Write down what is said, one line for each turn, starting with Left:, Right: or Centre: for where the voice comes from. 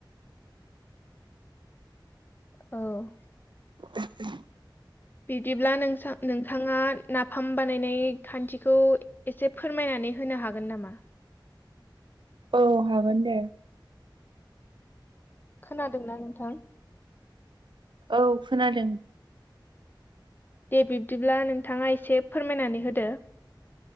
Left: औ
Right: <unintelligible>
Left: बिदिब्ला नोंसां नोंथाङा नाफाम बानायनाय खान्थिखौ एसे फोरमायनानै होनो हागोन नामा?
Right: औ हागोन दे।
Left: खोनादोंना नोंथां?
Right: औ खोनादों।
Left: दे बिब्दिब्ला नोंथाङा एसे फोरमायनानै होदो।